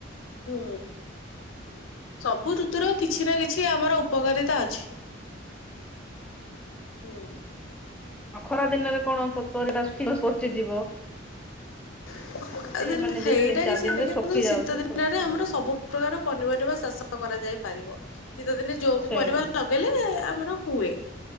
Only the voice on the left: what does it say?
ହୁଁ ସବୁ ଋତୁର କିଛି ନା କିଛି ଆମର ଉପକାରିତା ଅଛି। ହୁଁ ଉଁ
<inaudible> ଆ ତାହେଲେ
ହେଇଟା
କିଛି
ନାଇଁ
କିନ୍ତୁ
ଶୀତ ଦିନରେ
ଆମର
ସବୁ ପ୍ରକାର ପନିପରିବା ଚାଷ କରାଯାଇ ପାରିବ। ଶୀତ ଦିନେ ଯୋଉ ବି
ପରିବା ଲଗେଇଲେ ଆମର ହୁଏ।